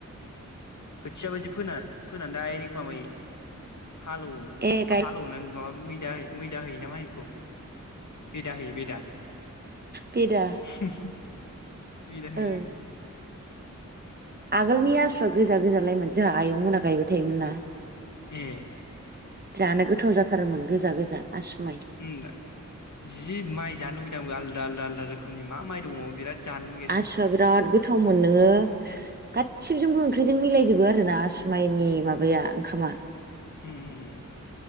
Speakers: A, on the left; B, on the right.
A: खोथिया बायदि फोना फोनानै डायरेक्ट माबायो हालौओ ओमफ्राय
B: ए गाय
A: हा हालौवोलायनो माबा मैदा होयो मैदा होयो <unintelligible> खौ बेदा होयो बेदा
B: बेदा
A: <unintelligible> बेदा होयो
B: ओ आगोलनि आसुआ गोजा गोजालायमोन जोंहा आयं मोना गायबाय थायोमोनना
A: ए
B: जानो गोथाव जाथारोमोन गोजा गोजा आसु माइ
A: ओम जि माइ जानो लुगैदों आलु आलदा आलदा रोखोमनि मा माइ दङ बिराद जानो लुुबैगासिनो
B: आसुआ
A: आंखौ
B: बिराद गोथा गोथावमोन नोङो गासिजोंबो ओंख्रिजों मिलायजोबो आरो ना आसुमाइनि माबाया ओंखामा
A: उ-उ-उम